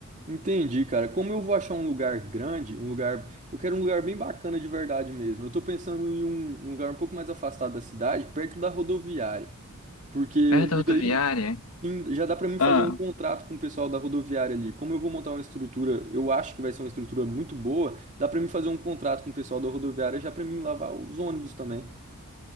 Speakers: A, on the right; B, on the left.
A: Entendi, cara. Como eu vou achar um lugar grande, um lugar. Eu quero um lugar bem bacana de verdade mesmo. Eu tô pensando em um um lugar um pouco mais afastado da cidade, perto da rodoviária. Porque,
B: Perto da
A: e
B: rodoviária?
A: daí em- já dá para mim
B: Ah.
A: fazer um contrato com o pessoal da rodoviária ali. Como eu vou montar uma estrutura, eu acho que vai ser uma estrutura muito boa, dá para mim fazer um contrato com o pessoal da rodoviária já para mim lavar os ônibus também.